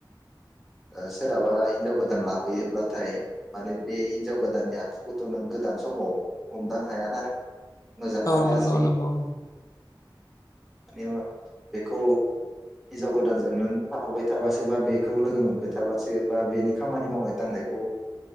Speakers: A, in the centre; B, on the left (about 45°).
A: ओ सोरहाबा हिनजाव गोदान लाबोयोब्लाथाय माने बे हिनजाव गोदाननि आखुखौथ नों गोदान समाव हमदां हायाना। मोजां
B: औ
A: ना गाज्रि
B: नंगौ नंगौ।
A: माने मा बेखौ हिन्जाव गोदानजों नों थाफाबाय थाबासोबा बेखौ लोगो मोनबाय थाबासो बा बेनि खामानि मावनाय दांनायखौ